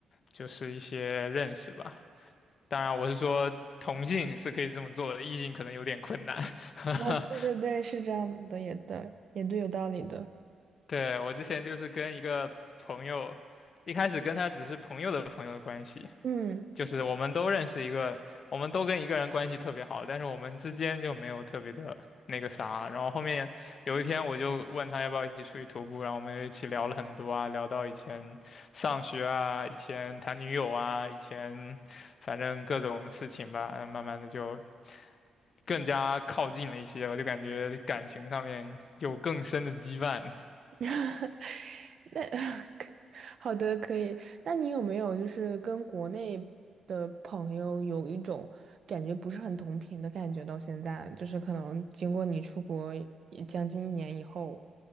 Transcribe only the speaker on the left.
就是一些认识吧。当然，我是说同性是可以这么做的，异性可能有点困难。<laughs>
对，我之前就是跟一个朋友，一开始跟他只是朋友的朋友的关系，
就是我们都认识一个，我们都跟一个人关系特别好，但是我们之间就没有特别的那个啥。然后后面有一天我就问他要不要一起出去徒步，然后我们就一起聊了很多啊，聊到以前上学啊，以前谈女友啊，以前反正各种事情吧，嗯慢慢的就更加靠近了一些吧，就感觉感情上面有更深的羁绊